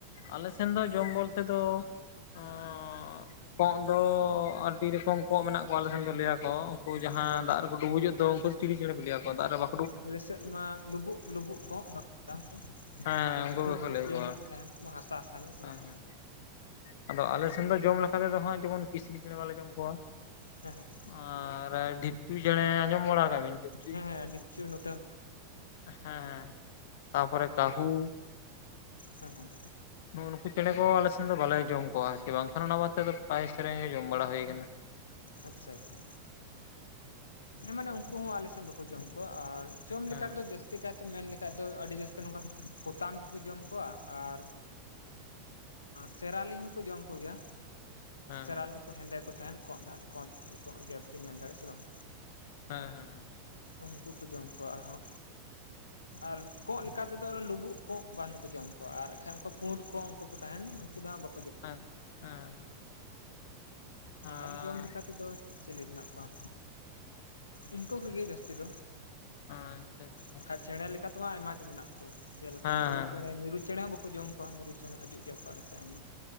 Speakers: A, on the left; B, on the left.
A: ᱟᱞᱮ ᱥᱮᱱ ᱫᱚ ᱡᱚᱢ ᱵᱚᱞᱛᱮ ᱫᱚ ᱚᱸᱻ ᱠᱚᱸᱜ ᱫᱚ ᱟᱹᱰᱤ ᱨᱚᱠᱚᱢ ᱠᱚᱸᱜ ᱢᱮᱱᱟᱜ ᱠᱚᱣᱟ ᱟᱞᱮ ᱥᱮᱱ ᱫᱚ ᱞᱟᱹᱭᱟ ᱠᱚ, ᱩᱱᱠᱩ ᱡᱟᱦᱟᱸ
B: ᱮᱠᱟᱞ
A: ᱫᱟᱜ ᱨᱮᱠᱚ ᱰᱩᱵᱩᱡᱚᱜ ᱫᱚ ᱩᱱᱠᱩ ᱪᱤᱞᱤ ᱪᱮᱬᱮ ᱯᱮ ᱞᱟᱹᱭᱟᱣᱟ ᱫᱟᱜ ᱨᱮ ᱵᱟ
B: ᱟᱞᱮᱥᱮᱫ ᱢᱟ ᱞᱩᱵᱩᱜ ᱞᱩᱵᱩᱜ ᱠᱚᱜ ᱚᱱᱠᱟ ᱠᱚ
A: ᱦᱮᱸ
B: ᱚᱱᱟ
A: ᱩᱱᱠᱩ
B: ᱯᱩᱰ
A: ᱜᱮᱠᱚ ᱞᱟᱹᱭ
B: ᱤᱭᱟᱹ
A: ᱠᱚᱣᱟ
B: ᱧᱚᱜ ᱠᱚ ᱛᱟᱸᱦᱮᱱ ᱥᱮ ᱵᱟᱝ ᱦᱟᱥᱟ ᱦᱟᱥᱟ ᱧᱚᱜ ᱥᱮ
A: ᱦᱮᱸ
B: ᱵᱟᱝ?
A: ᱦᱮᱸ ᱦᱮᱸ ᱟᱫᱚ ᱟᱞᱮ ᱥᱮᱱ ᱫᱚ ᱡᱚᱢ ᱞᱮᱠᱟ ᱛᱮᱫᱚ ᱦᱟᱸᱜ ᱡᱮᱢᱚᱱ ᱠᱤᱥᱱᱤ ᱪᱮᱬᱮ ᱵᱟᱞᱮ ᱡᱚᱢ ᱠᱚᱣᱟ᱾
B: ᱦᱮᱸ ᱦᱮᱸ᱾
A: ᱟᱨ ᱰᱷᱤᱯᱪᱩᱭ ᱪᱮᱬᱮ ᱟᱸᱡᱚᱢ ᱵᱟᱲᱟ ᱟᱠᱟᱜ ᱵᱤᱱ? ᱰᱷᱤᱯᱪᱩᱭ
B: ᱦᱮᱸ ᱦᱮᱸ ᱰᱷᱤᱯᱪᱩᱭ ᱱᱩ
A: ᱦᱮᱸ ᱦᱮᱸ ᱛᱟᱯᱚᱨᱮ ᱠᱟᱹᱦᱩ
B: ᱦᱮᱸ ᱦᱮᱸ᱾
A: ᱱᱩ ᱱᱩᱠᱩ ᱪᱮᱬᱮ ᱠᱚ ᱟᱞᱮᱥᱮᱱ ᱫᱚ ᱵᱟᱞᱮ ᱡᱚᱢ ᱠᱚᱣᱟ ᱟᱨᱠᱤ ᱵᱟᱝᱠᱷᱟᱱ ᱚᱱᱟ ᱵᱟᱫ ᱛᱮ ᱫᱚ ᱯᱨᱟᱭ ᱪᱮᱬᱮ ᱡᱚᱢ ᱵᱟᱲᱟ ᱦᱩᱭ ᱠᱟᱱᱟ᱾
B: ᱟᱪᱪᱷᱟ ᱟᱪᱪᱷᱟ ᱦᱮᱸ ᱢᱟᱱᱮ ᱩᱱᱠᱩ ᱦᱚᱸ ᱟᱞᱮᱥᱮᱫ ᱵᱟᱠᱚ ᱡᱚᱢ ᱠᱚᱣᱟ, ᱟᱨ ᱡᱚᱢ ᱞᱮᱠᱟ
A: ᱦᱮᱸ
B: ᱫᱚ ᱡᱟᱹᱥᱛᱤ ᱠᱟᱭᱛᱮ ᱢᱮᱱ ᱞᱮᱠᱷᱟᱡ ᱫᱚ ᱟᱹᱰᱤ ᱡᱟᱹᱥᱛᱤ ᱱᱚᱝᱠᱟ ᱯᱚᱛᱟᱢ ᱜᱮᱠᱚ ᱡᱚᱢ ᱠᱚᱣᱟ ᱟᱨ ᱥᱮᱨᱟᱞᱤ ᱦᱚᱸᱠᱚ ᱡᱚᱢ ᱠᱚᱜᱮᱭᱟ
A: ᱦᱮᱸ
B: ᱥᱮᱨᱟᱞᱩ ᱠᱚ ᱦᱮᱸᱫᱮ ᱠᱚ ᱛᱟᱦᱮᱱ ᱠᱚᱸᱜ ᱫᱟᱜ ᱠᱚᱸᱫᱽ ᱠᱚᱜ ᱡᱟᱹᱛ ᱜᱮᱢ ᱢᱮᱱ ᱫᱟᱲᱮᱭᱟᱜᱼᱟ ᱥᱮ ᱵᱟᱝ᱾
A: ᱦᱮᱸ ᱦᱮᱸ‌ ᱦᱮᱸ᱾
B: ᱩᱱᱠᱩ ᱠᱚ ᱡᱚᱢ ᱠᱚᱣᱟ, ᱟᱨᱦᱚᱸ ᱟᱨ ᱠᱚᱸᱜ ᱞᱮᱠᱟᱛᱮᱫᱚ ᱚᱱᱟ ᱞᱩᱵᱩᱜ ᱠᱚᱸᱜ ᱵᱟᱝ ᱫᱚᱠᱚ ᱡᱚᱢ ᱠᱚᱣᱟ ᱟᱨ ᱠᱷᱟᱡ ᱩᱱᱠᱩ ᱯᱩᱰ ᱠᱚᱜ ᱩᱱᱠᱩ ᱠᱚ ᱛᱟᱦᱮᱱ ᱩᱱᱠᱩ ᱫᱚ ᱦᱟᱸᱜ ᱵᱟ
A: ᱦᱮᱸ ᱦᱮᱸ᱾ ᱦᱮᱸ
B: ᱟᱨ ᱡᱚᱢ ᱞᱮᱠᱟ ᱛᱮᱫᱚ ᱪᱤᱞᱤ ᱢᱮᱱᱟᱜ ᱠᱚᱣᱟ ᱤᱱᱠᱩ ᱠᱚᱜᱮ ᱡᱟᱹᱥᱛᱤ ᱫᱚ
A: ᱟᱪᱪᱷᱟ ᱟᱪᱪᱷᱟ
B: ᱵᱟᱠᱷᱟᱡ ᱪᱮᱬᱮ ᱞᱮᱠᱟ ᱛᱮᱢᱟ ᱟᱭᱢᱟ ᱜᱮ ᱢᱮᱱᱟᱜ ᱠᱚ ᱡᱮᱞᱮᱠᱟ
A: ᱦᱮᱸ
B: ᱢᱤᱨᱩ
A: ᱦᱮᱸ
B: ᱪᱮᱬᱮ ᱢᱤᱨᱩ ᱪᱮᱬᱮ ᱦᱚᱸ ᱵᱟᱠᱚ ᱡᱚᱢ ᱠᱚᱣᱟ ᱢᱤᱨᱩ ᱪᱮᱬᱮ ᱦᱤᱡᱩᱜ ᱜᱮᱭᱟ ᱠᱚ ᱟᱞᱮ ᱥᱮᱫ ᱟᱭᱢᱟ